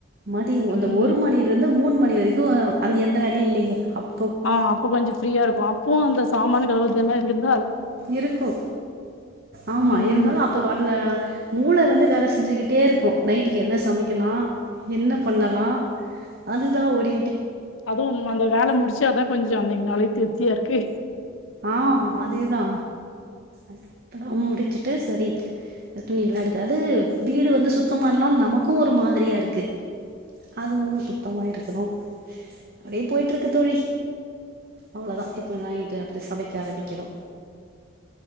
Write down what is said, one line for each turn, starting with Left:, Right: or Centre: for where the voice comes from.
Right: மதியோ
Left: ம்
Right: அந்த ஒரு மணிருந்து மூண் மணி வெரிக்கு அந்த எந்த வேலயு இல்லிங்க அப்
Left: ஆ அப்போ கொஞ்சோ ஃப்ரீயா இருக்கு அப்போவு அந்த சாமானு கழுவற்த் தெல்லா <unintelligible>
Right: இருக்கு ஆமா
Left: ம்
Right: இருந்தாலு அப்ப அந்த மூள வந்து வேல செஞ்சுக்கிட்டே இருக்கு நைட்டுக்கு என்ன சமைக்கலா என்ன பண்ணலா அதுதா ஒரு
Left: அதுவு உண்ம அந்த வேல முடிச்சா தா கொஞ்சோ அந்த நாளே திருப் த்தியா இருக்கு
Right: ஆஹ் அதேதா அப்பதா முடிச்சுட்டு செரி துணி எல்லா இருக்காது வீடு வந்து சுத்தமா இல்லனா நமக்கு ஒரு மாரியா இருக்கு அதுவு சுத்தமா இருக்கணு அப்டியே போயிட்டு இருக்கு தோழி அவ்ளோதா இப்ப தா சமைக்க ஆரம்பிக்கனு